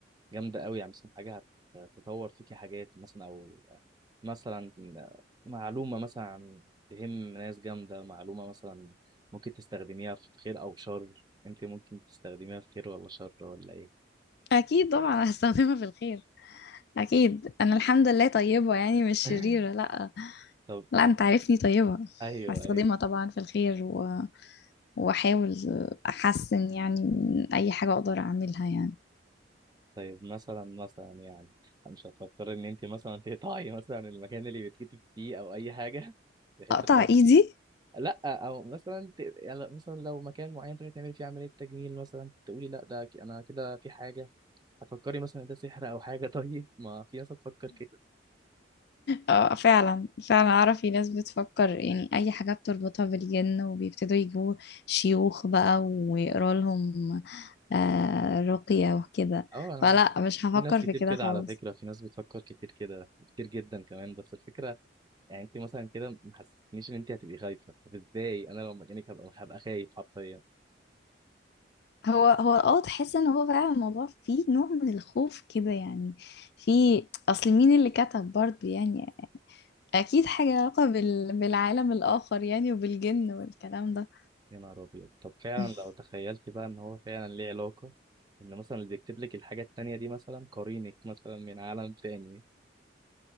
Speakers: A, on the right; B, on the left.
A: جامده قوي يعني مثلا حاجه هتطور فيكي حاجات مثلا او مثلا معلومه مثلا تهم ناس جامده معلومه مثلا ممكن تستخدميها في خير او شر انت ممكن تستخدميها في خير ولا شر ولا ايه
B: اكيد طبعا <laughs> هستخدمها في الخير اكيد انا الحمد لله طيبة يعني مش
A: <laughs>
B: شريرة لا
A: طب
B: لا
A: أ-
B: انت عارفني طيبة
A: ايوه
B: هستخدمها
A: ايوه
B: طبعا في الخير و... واحاول احسن يعني من اي حاجة اقدر اعملها يعني
A: طيب مثلا مثلا يعني مش هتفكر ان انت مثلا تقطعي مثلا المكان اللي بتكتب فيه او اي حاجه بحيث
B: اقطع
A: ان هو
B: ايدي
A: لا او مثلا ت- يعني مثلا لو مكان معين تروحي تعملي فيه عمليه تجميل مثلا تقولي لا ده ك- انا كده في حاجه هتفكري مثلا إن ده سحر او حاجه <laughs> طيب ما في ناس هتفكر كده
B: اه فعلا فعلا اعرف في ناس بتفكر يعني اي حاجة بتربطها بالجن وبيبتدوا يجيبوا شيوخ بقى ويقروا لهم آه رقية وكده
A: اه انا
B: فلا مش هفكر
A: في ناس كتير
B: في كده
A: كده
B: خالص
A: على فكره في ناس بتفكر كتير كده كتير جدا كمان بس الفكره يعني انت مثلا كده ما حسستنيش ان انت هتبقي خايفه طب ازاي انا لو مكانك هبقى هبقى خايف حرفيا
B: هو هو اه تحس ان هو فعلا الموضوع فيه نوع من الخوف كده يعني في اصل مين اللي كتب برضه يعني اكيد حاجة لها علاقة بال... بالعالم الاخر يعني وبالجن والكلام ده
A: يا نهار ابيض طب فعلا
B: <laughs>
A: لو تخيلتي بقى ان هو فعلا ليه علاقه ان مثلا اللي بيكتب لك الحاجه التانيه دي مثلا قرينك مثلا من عالم تاني